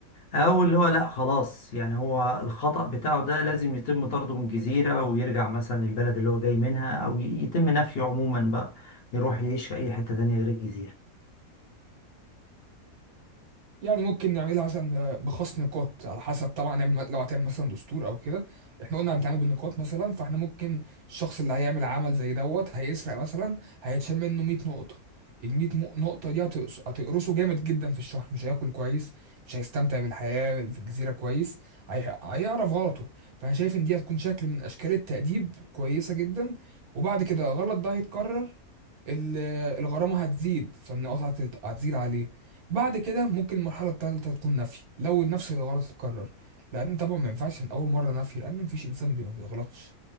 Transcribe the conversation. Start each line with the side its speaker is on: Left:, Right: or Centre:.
Left: أو اللي هو لأ خلاص يعني هو الخطأ بتاعه ده لازم يتم طرده من الجزيرة ويرجع مثلا للبلد اللي هو جاي منها أو ي- يتم نفيه عموما بقى يروح يعيش في أي حتة تانية غير الجزيرة
Right: يعني ممكن نعملها مثلا بخصم نقاط على حسب طبعا نعمل لو هتعمل مثلا دستور او كده احنا قلنا هنتعامل بالنقاط مثلا فاحنا ممكن الشخص اللي هيعمل عمل زي دوت هيسرق مثلا هيتشال منه 100 نقطة ال 100 مو- نقطة دي هتقص- هتقرصه جامد جدا في الشهر مش هياكل كويس مش هيستمتع بالحياة في الجزيرة كويس هي- هيعرف غلطه فانا شايف ان دي هتكون شكل من اشكال التأديب كويسة جدا وبعد كده غلط ده هيتكرر ال- الغرامة هتزيد فالنقاط هتت- هتزيد عليه بعد كده ممكن المرحلة التالتة تكون نفي لو نفس الغلط اتكرر لأن طبعا ما ينفعش من أول مرة نفي لأن مفيش إنسان بي- ما بيغلطش